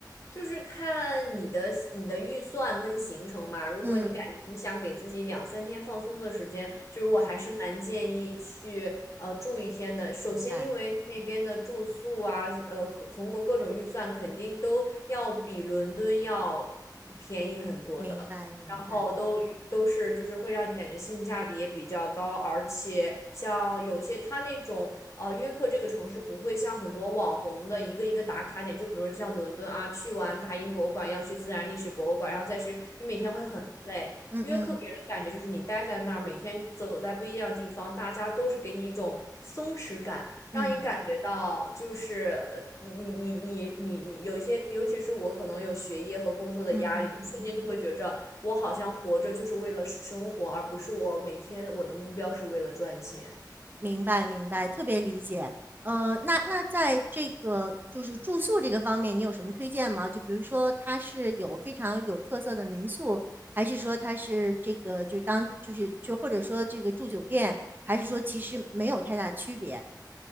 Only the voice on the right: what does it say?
嗯
嗯，
明白
明白明白，
嗯嗯
嗯
嗯嗯嗯嗯嗯嗯。
嗯嗯
明白明白，特别理解。呃，那那在这个就是住宿这个方面，你有什么推荐吗？就比如说它是有非常有特色的民宿，还是说它是这个就是当就是就或者说这个住酒店，还是说其实没有太大区别？